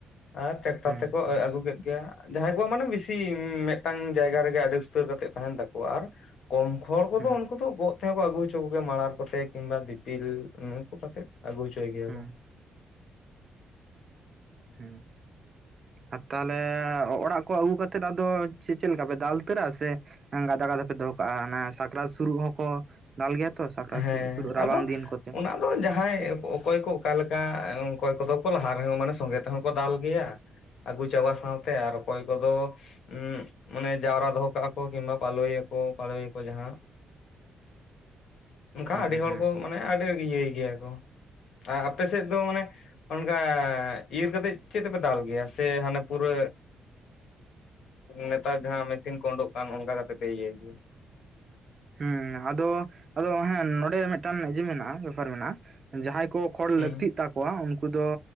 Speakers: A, on the left; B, on the right.
A: ᱟᱨ ᱴᱮᱠᱴᱟᱛᱛᱮᱠᱚ
B: ᱦᱩᱸ
A: ᱟᱹ ᱟᱜᱩ ᱠᱮᱫ ᱜᱮ᱾ ᱡᱟᱦᱟᱸᱭ ᱠᱚᱣᱟᱜ ᱢᱟᱱᱮ ᱵᱤᱥᱤ, ᱩᱸ ᱢᱮᱜᱴᱟᱝ ᱡᱟᱭᱜᱟ ᱨᱮᱜᱮ ᱟᱰᱤ ᱩᱥᱛᱟᱹᱨ ᱠᱟᱛᱮᱜ ᱛᱟᱦᱮᱱ ᱛᱟᱠᱚᱣᱟ ᱟᱨ ᱠᱚᱢ ᱠᱷᱚᱲ ᱠᱚᱫᱚ
B: ᱦᱩᱸ
A: ᱩᱝᱠᱩ ᱫᱚ ᱜᱚᱜ ᱛᱮᱦᱚᱸ ᱠᱚ ᱟᱹᱜᱩ ᱦᱚᱪᱚ ᱠᱚᱜᱮᱭᱟ ᱢᱟᱲᱟᱨ ᱠᱚᱛᱮ ᱠᱤᱝᱵᱟ ᱫᱤᱯᱤᱞ ᱩᱸ ᱩᱝᱠᱩ ᱥᱟᱛᱮᱜ ᱟᱜᱩ ᱣᱚᱪᱚᱭ ᱜᱮᱭᱟ
B: ᱦᱩᱸ
A: ᱠᱚ᱾
B: ᱦᱩᱸ ᱟᱨ ᱛᱟᱦᱚᱞ <unintelligible> ᱚᱲᱟᱜ ᱠᱚ ᱟᱹᱜᱩ ᱠᱟᱛᱮᱫ ᱟᱫᱚ ᱪᱮᱫ ᱞᱮᱠᱟ ᱯᱮ ᱫᱟᱞ ᱩᱛᱟᱹᱨᱟ ᱥᱮᱼᱼ ᱜᱟᱫᱟ ᱜᱟᱫᱟ ᱯᱮ ᱫᱚᱦᱚ ᱠᱟᱜᱼᱟ ᱚᱱᱟ ᱥᱟᱠᱨᱟᱛ ᱥᱩᱨᱩᱜ ᱦᱚᱸ ᱠᱚ ᱫᱟᱞ ᱜᱮ ᱛᱚ ᱥᱟᱠᱨᱟᱛ
A: ᱦᱮᱸ
B: ᱥᱩᱨᱩᱜ ᱥᱩᱨᱩᱜ
A: ᱟᱫᱚ
B: ᱨᱟᱵᱟᱝ ᱫᱤᱱ ᱠᱚᱛᱮᱼᱼ
A: ᱚᱱᱟ ᱡᱟᱦᱟᱸᱭ ᱚᱠᱚᱭ ᱚᱠᱚᱭ ᱠᱚ ᱚᱠᱟ ᱞᱮᱠᱟ ᱚᱠᱚᱭ ᱠᱚᱫᱚ ᱠᱚ ᱞᱟᱦᱟ ᱨᱮᱦᱚᱸ ᱢᱟᱱᱮ ᱥᱚᱸᱜᱮ ᱛᱮᱦᱚᱸ ᱠᱚ ᱫᱟᱞ ᱜᱮᱭᱟ ᱟᱹᱜᱩ ᱪᱟᱵᱟ ᱥᱟᱶ ᱛᱮ ᱟᱨ ᱚᱠᱚᱭ ᱠᱚ ᱫᱚᱼᱼ <unintelligible> ᱢᱟᱱᱮ ᱡᱟᱣᱨᱟ ᱫᱚᱦᱚ ᱠᱟᱜ ᱟᱠᱚ ᱠᱤᱝᱵᱟ ᱯᱟᱞᱳᱭ ᱟᱠᱚ ᱯᱟᱲᱳᱭ ᱟᱠᱚ ᱡᱟᱦᱟᱸᱼᱼ ᱚᱱᱠᱟ
B: ᱦᱩᱸ
A: ᱟᱹᱰᱤ
B: ᱦᱩᱸ
A: ᱦᱚᱲ
B: ᱦᱩᱸ
A: ᱠᱚ ᱢᱟᱱᱮ ᱟᱹᱰᱤ ᱟᱹᱰᱤ ᱤᱭᱟᱹᱭ ᱜᱮᱭᱟ ᱠᱚ ᱟᱨ ᱟᱯᱮ ᱥᱮᱫ ᱫᱚ ᱢᱟᱱᱮ ᱚᱱᱠᱟ ᱤᱨ ᱠᱟᱛᱮᱜ ᱪᱮᱫ ᱛᱮᱯᱮ ᱫᱟᱞ ᱜᱮᱭᱟ ᱥᱮ ᱦᱟᱱᱮ ᱯᱩᱨᱟᱹᱼᱼ ᱱᱮᱛᱟᱨ ᱡᱟᱦᱟᱸ ᱢᱮᱥᱤᱱ ᱠᱚ ᱳᱰᱳᱠ ᱠᱟᱱ ᱚᱱᱠᱟ ᱠᱟᱛᱮ ᱯᱮ ᱤᱭᱟᱹᱭ ᱜᱮᱭᱟ
B: ᱦᱮᱸ ᱟᱫᱚ ᱟᱫᱚ ᱦᱮᱸ ᱱᱚᱰᱮ ᱢᱤᱫᱴᱟᱝ <unintelligible> ᱢᱮᱱᱟᱜᱼᱟ ᱵᱮᱯᱟᱨ ᱢᱮᱱᱟᱜᱼᱟ ᱡᱟᱦᱟᱸᱭ ᱠᱚ ᱠᱷᱚᱲ
A: ᱦᱩᱸ
B: ᱞᱟᱹᱠᱛᱤᱜ ᱛᱟᱠᱚᱣᱟ ᱩᱱᱠᱩ ᱫᱚ